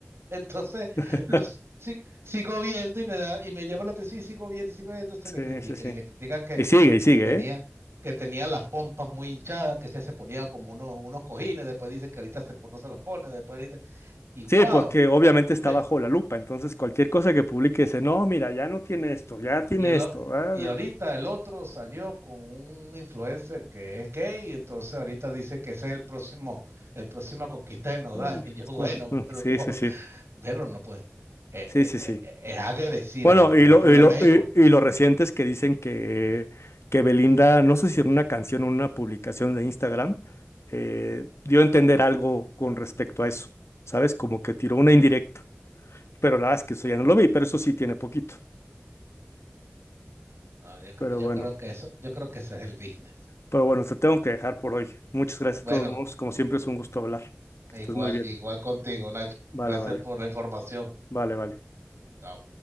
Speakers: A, on the right (about 75°); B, on the left (about 85°).
A: Entonces,
B: <laughs>
A: los si- sigo viendo y me da, y me llama la atención y sigo viendo y sigo viendo, entonces
B: Sí,
A: le critican
B: sí, sí.
A: y le critican que,
B: Y sigue, y sigue,
A: que tenía,
B: ¿eh?
A: que tenía las pompas muy hinchadas, que ya se ponía como unos, unos cojines, después dice que ahorita se, pon- no se los pone, después ahorita, y wow,
B: Sí, porque obviamente
A: me,
B: está bajo la lupa, entonces cualquier cosa que publique dice, no, mira, ya no tiene esto, ya tiene
A: y el
B: esto.
A: o-
B: ah".
A: y ahorita el otro salió con un influencer que es gay, y entonces ahorita dice que ese es el próximo, el próximo conquista de Nodal,
B: Mm,
A: <laughs> y yo, bueno,
B: mm,
A: pero,
B: Sí,
A: <laughs>
B: sí, sí,
A: pero no pues, eh,
B: sí,
A: eh,
B: sí,
A: eh,
B: sí.
A: eh, es agresiva
B: Bueno,
A: la farándula
B: y lo, y lo,
A: en México.
B: y, y lo reciente es que dicen que, que Belinda, no sé si en una canción o una publicación de Instagram, eh, dio a entender algo con respecto a eso, ¿sabes? Como que tiró una indirecta. Pero la verdad es que eso ya no lo vi, pero eso sí tiene poquito.
A: No, yo, cre-
B: Pero
A: yo
B: bueno,
A: creo que eso, yo creo que ese es el business.
B: pero bueno, te tengo que dejar por hoy. Muchas gracias
A: Bueno,
B: de todos modos. Como siempre es un gusto hablar. Que
A: igual,
B: estés muy bien.
A: igual contigo, Nacho.
B: Vale,
A: Gracias
B: vale,
A: por la información.
B: vale, vale.
A: Chao.